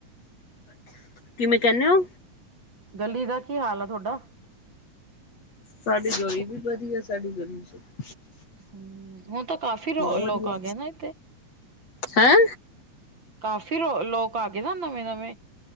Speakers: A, on the left; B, on the right.
A: ਕਿਵੇਂ ਕਹਿੰਨੇ ਹੋ
B: ਗਲੀ ਦਾ ਕੀ ਹਾਲ ਤੁਹਾਡਾ
A: ਸਾਡੀ ਗਲੀ ਵੀ ਵਧੀਆ, ਸਾਡੀ ਗਲੀ ਚ
B: ਹੂ ਹੁਣ ਤਾਂ, ਕਾਫ਼ੀ
A: ਬਹੁਤ
B: ਲੋਕ
A: ਵਧੀਆ
B: ਆ ਗਏ ਨਾ ਇੱਥੇ
A: ਹੈਂ,
B: ਕਾਫ਼ੀ ਰ ਲੋਕ, ਆ ਗਏ ਨਾ ਨਵੇਂ- ਨਵੇਂ